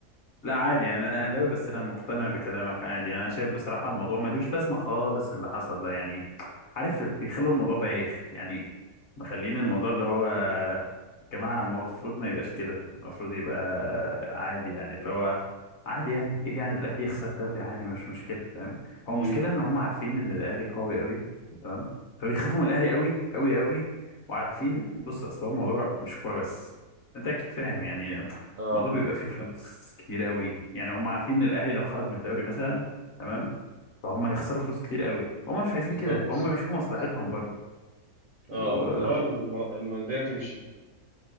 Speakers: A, on the left (about 55°); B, on the right (about 60°).
A: لا عادي يعني انا اهلاوي بس انا مقتنع بكلامك عادي يعني انا شايف بصراحه الموضوع ملوش لازمه خالص اللي حصل ده يعني عارف بيخلوا الموضوع بايخ يعني مخلين الموضوع اللي هو يا جماعه المفروض ما يبقاش كده المفروض يبقى عادي يعني اللي هو عادي يعني ايه يعني الاهلي يخسر دوري عادي مش مشكله فاهم هو المشكله
B: مم.
A: ان هم عارفين ان الاهلي قوي قوي تمام فبيخافوا من الاهلي قوي قوي قوي وعارفين بص اصل هو الموضوع مش كوره بس انت اكيد فاهم يعني
B: اه
A: الموضوع بيبقى فيه فلوس كتير قوي يعني هم عارفين ان الاهلي لو خرج من الدوري مثلا تمام فهم هيخسروا فلوس كتير قوي هم مش عايزين
B: بالظبط
A: كده فهم بيشوفوا مصلحتهم برضه وبالظبط
B: اه اللي هو الم- المنديل تمشي